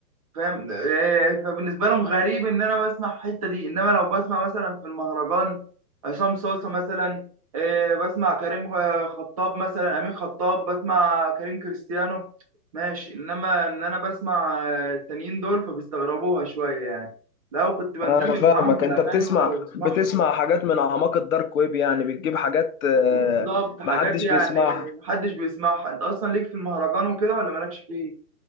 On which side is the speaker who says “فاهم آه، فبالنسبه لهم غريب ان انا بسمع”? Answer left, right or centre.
Right